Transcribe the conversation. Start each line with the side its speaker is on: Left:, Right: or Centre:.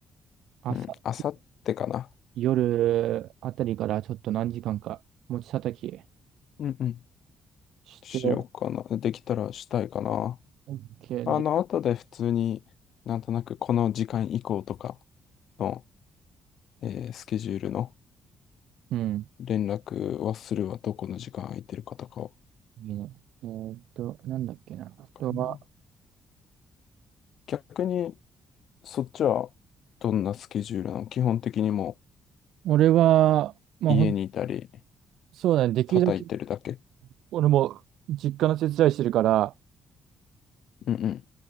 Right: 朝、
Left: うん、あさってかな。
Right: 夜あたりからちょっと何時間か持ち叩き
Left: うんうん。
Right: して、
Left: しようかな。できたらしたいかな。
Right: OK
Left: あの、
Right: で、
Left: 後で普通になんとなくこの時間以降とかの、えースケジュールの
Right: うん、
Left: 連絡はするわ。どこの時間空いてるかとかを。
Right: いいね。えーっと、なんだっけな。あとは、
Left: かな逆に、そっちはどんなスケジュールなの基本的にも
Right: 俺は、まあ、
Left: う家にいたり、
Right: ほん、そうだね。できるだけ、
Left: 叩いてるだけ。
Right: 俺も実家の手伝いしてるから、
Left: うんうん。